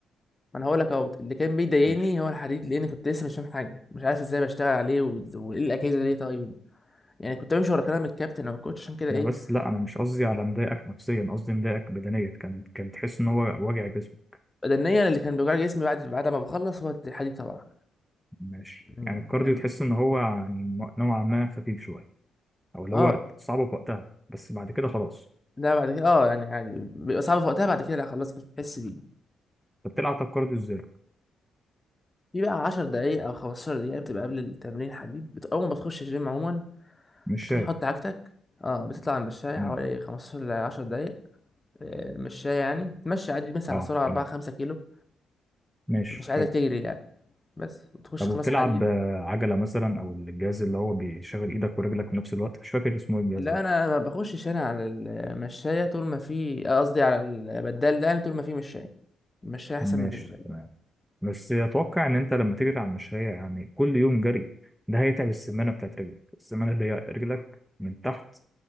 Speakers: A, on the left; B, in the centre.
A: ما انا هقول لك اهو اللي كان بيضايقني
B: ماشي
A: هو الحديد لان كنت لسه مش فاهم حاجه مش عارف ازاي بشتغل عليه و- وايه الاجهزه دي طيب يعني كنت بمشي ورا كلام الكابتن او الكوتش عشان كده ايه
B: انا بس لا انا مش قصدي على مضايقك نفسيا قصدي مضايقك بدنيا كان كان تحس ان هو وجع جسمك
A: بدنيا أنا اللي كان بيوجع لي جسمي بعد بعد ما بخلص هو الحديد طبعا
B: ماشي
A: يعني
B: يعني الكارديو
A: كان
B: تحس ان هو يعني نوعا ما خفيف شويه او اللي
A: اه
B: هو صعب في وقتها بس بعد كده خلاص
A: لا بعد كده اه يعني عادي بيبقى صعب في وقتها بعد كده لا خلاص مش بتحس بيه
B: طب بتلعب طب كارديو ازاي
A: في بقى 10 دقايق او 15 دقيقة بتبقى قبل التمرين حديد بت... اول ما بتخش الجيم عموما
B: مش
A: بتروح
B: شايف
A: تحط عجتك اه بتطلع على المشاية
B: تمام
A: حوالي 15 ل 10 دقايق آه، مشاية يعني تمشي عادي مثلا
B: اه
A: على سرعة
B: تمام
A: 4 5 كيلو
B: ماشي
A: مش عايزك
B: حلو
A: تجري يعني بس وتخش
B: طب وبتلعب
A: خلاص حديد
B: آه، عجله مثلا او الجهاز اللي هو بيشغل ايدك ورجلك في نفس الوقت مش فاكر اسمه ايه الجهاز
A: لا
B: ده
A: انا ما بخشش انا على المشايه طول ما في قصدي على البدال ده يعني طول ما في مشايه المشايه احسن
B: ماشي
A: بالنسبه لي
B: تمام بس اتوقع ان انت لما تجري على المشاية يعني كل يوم جري ده هيتعب السمانة بتاعت رجلك السمانة اللي هي رجلك من تحت